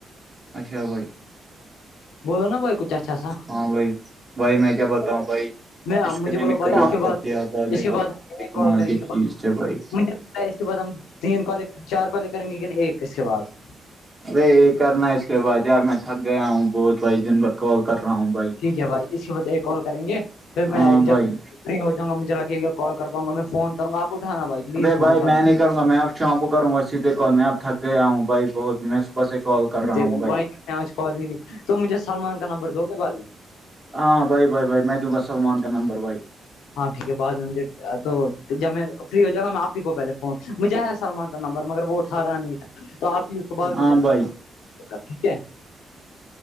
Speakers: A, on the right; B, on the left.
A: اچھا بھائی
B: بولو نا بھائی کچھ اچھا سا
A: ہاں بھائی بھائی میں کیا بتاؤ بھائی
B: میں
A: عشکر
B: مجھے
A: نے
B: بولو
A: نکلا
B: بھائی اس کے
A: کر
B: بعد
A: دیا ک
B: اس کے
A: ورن
B: بعد ہم
A: نکمال
B: ایک کال کریں
A: کے
B: گے
A: چیز سے بھائی
B: مجھے لگتا اس کے بعس ہم تین کالے چار کالے کریں گے کن ایک اس کے بعس
A: ار یہ کرنا ہے اس کے بعد یار میں تھک گیا ہوں بہت بائی دن بھر کال کر رہا ہوں بھائی
B: ٹھیک ہے بھائی اس کے بت ایک کال کریں گے پھر
A: ہاں
B: میں جب
A: بھائی
B: فری ہو جؤںا مجھے لگ گا کال کر پاںا میں فون کر گاپٹھانا بھائی پلیز
A: ابے
B: فون
A: بھائی
B: اٹھانا
A: میں نہیں کروںا میں آپ شؤ کو کروں گا اس سیدھے کال میں اب تھک گیا ہوں بھائی بہت میں صبح سے کال کر رہا
B: دیکھمبائی
A: ہوں بھائی
B: میں آج کال ہی نہیں تو مجھے سلمان کا نمبر دو گے بھائی
A: ہاں ہاں بھائی بھائی بھائی میں دوں گا سلمان کا نمبر بھائی
B: ہاں ٹھیک ہے بعد میں مجھے تو جب میں فری ہو جائے گا میں آپ ہی کو پہلے فون مجھے ہے سلمان کا نمبر مگر وہ اٹھارا نہیں تھا تو آپ کو بعد میں
A: ہاں بھائی
B: ٹھیک ہے